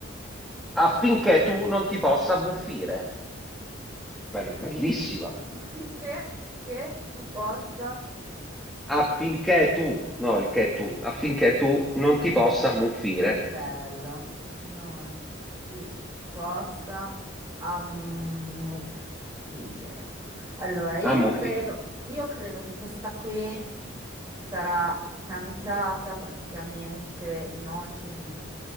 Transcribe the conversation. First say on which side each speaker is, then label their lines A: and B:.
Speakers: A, in the centre; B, on the right.
A: affinché tu non ti possa ammuffire. Bell- Bellissima.
B: <laughs> Finché che tu possa,
A: affinché tu, no, il che tu, affinché tu non ti possa ammuffire.
B: bello, non ti possa ammuffire. Allora, io
A: Ammuffire.
B: credo, io credo che questa qui... sarà cantata praticamente in ogni,